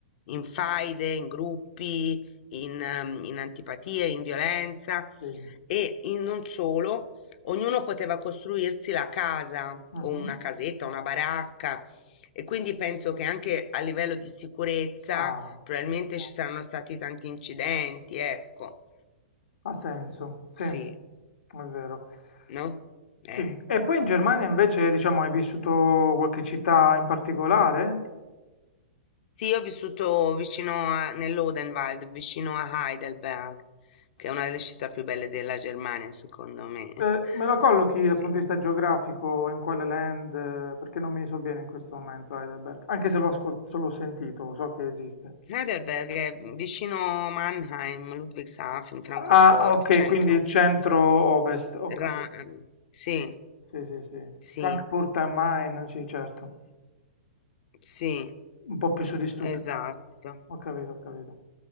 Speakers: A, on the left (about 55°); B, on the left (about 75°).
A: in faide, in gruppi, in, ehm, in antipatie, in violenza
B: sì,
A: e in- non solo. Ognuno poteva costruirsi la casa
B: mh-mh,
A: o una casetta, una baracca e quindi penso che anche a livello di sicurezza
B: ha
A: probabilmente ci saranno stati tanti incidenti, ecco.
B: ha senso, sì,
A: Sì,
B: è vero.
A: no?
B: E
A: Eh.
B: sì, e poi in Germania invece, diciamo, hai vissuto qualche città in particolare?
A: Sì, io ho vissuto vicino a, nell'Odenwald, vicino a Heidelberg, che è una delle città più belle della Germania, secondo me. <laughs>
B: Ehm, me lo collochi
A: Sì.
B: dal punto di vista geografico, in quale land? eh, Perché non mi so bene in questo momento Heidelberg, anche se l'ho ascol se l'ho sentito, so che esiste.
A: Heidelberg è vicino Mannheim, Ludwigshafen, Francoforte,
B: Ah, ok,
A: centro
B: quindi centro-ovest, ho capito.
A: Ra ehm, sì,
B: Sì, sì, sì.
A: sì,
B: Frankfurt am Main, sì certo.
A: sì.
B: Un po' più su di Stuttgart.
A: Esatto.
B: Ho capito, ho capito.